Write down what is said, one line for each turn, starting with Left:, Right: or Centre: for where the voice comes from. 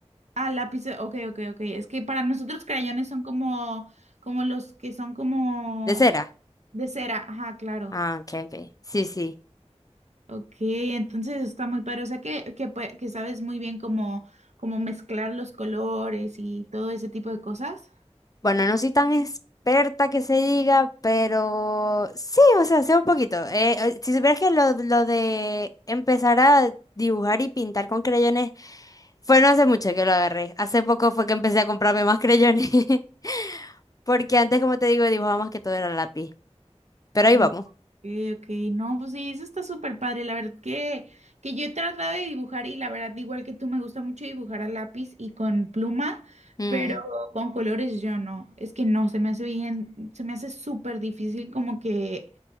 Right: Ah, lápices. Ok, ok, ok. Es que para nosotros crayones son como, como los que son como
Left: de cera.
Right: de cera. Ajá, claro.
Left: Ah, ok, ok. Sí, sí.
Right: Ok, entonces está muy padre. O sea que, que, pue- que sabes muy bien cómo, cómo mezclar los colores y todo ese tipo de cosas.
Left: Bueno, no soy tan experta que se diga, pero sí, o sea, sé un poquito. Eh, eh, si supieras que lo, lo de empezar a dibujar y pintar con creyones fue no hace mucho que lo agarré. Hace poco fue que empecé a comprarme más creyones. <laughs> Porque antes, como te digo, dibujaba más que todo era lápiz. Pero ahí
Right: Ok,
Left: vamos.
Right: ok, no, pues sí, eso está súper padre. La verdad que, que yo he tratado de dibujar y la verdad, igual que tú, me gusta mucho dibujar a lápiz y con pluma,
Left: Mm,
Right: pero con colores yo no. Es que no, se me hace bien, se me hace súper difícil como que